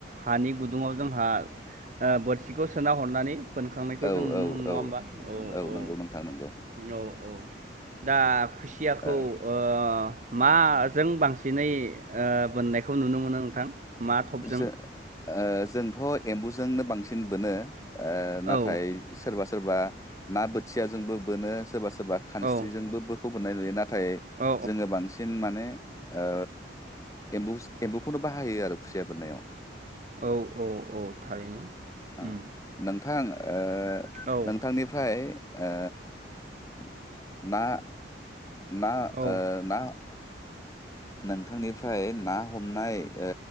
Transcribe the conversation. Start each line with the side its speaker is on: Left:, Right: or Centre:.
Right: हानि गुदुङाव जोंहा ओ बोरसिखौ सोना हरनानै बोनखांनायखौ
Left: औ
Right: जों नुनो
Left: औ
Right: मोनो नङा
Left: औ
Right: होमबा? औ औ
Left: नंगौ नोंथां नंगौ
Right: औ औ दा खुसियाखौ
Left: ओ
Right: ओ माजों बांसिनै बोननायखौ नुनो मोनो नोंथां? माथबजों
Left: जो ओ जोंथ' एम्बुजोंनो बांसिन बोनो ओ नाथाय
Right: औ
Left: सोरबा सोरबा ना बोथियााजोंबो बोनो सोरबा सोरबा खानस्रिजोंबो
Right: औ
Left: बोखौ बोननाय नुयो ना थाय
Right: औ
Left: जोङो बांसिन माने ओ एम्बु एम्बुखौनो बाहायो आरो खुसिया बोननायाव।
Right: औ औ औ थारैनो।
Left: ओ
Right: उम
Left: नोंथां ओ
Right: औ
Left: नोंथांनिफ्राय ओ <inaudible> ना ना <inaudible>
Right: औ
Left: ओ ना नोंथांनिफ्राय ना हमनाय ओ